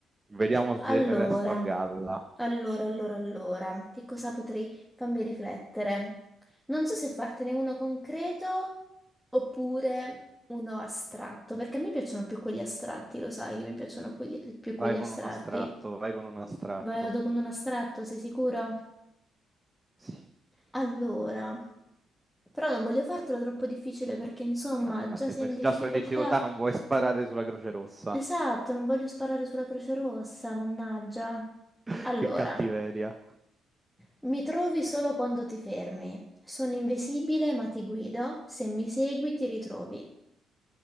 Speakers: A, on the right; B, in the centre.
A: Vediamo se
B: Allora,
A: resto a galla.
B: allora, allora, allora, che cosa potrei farmi riflettere? Non so se fartene uno concreto oppure uno astratto, perché a me piacciono più quelli astratti, lo sai che mi piacciono quelli- più quelli
A: Vai con
B: astratti.
A: un astratto, vai con un astratto.
B: Vado con un astratto, sei sicuro?
A: Sì.
B: Allora, però non voglio fartelo troppo difficile perché insomma,
A: No, infatti,
B: già sei
A: per-
B: in difficoltà.
A: già sto in difficoltà, non vuoi sparare sulla Croce Rossa.
B: Esatto, non voglio sparare sulla Croce Rossa, mannaggia.
A: <laughs>
B: Allora,
A: Che cattiveria.
B: mi trovi solo quando ti fermi. Sono invisibile, ma ti guido. Se mi segui, ti ritrovi.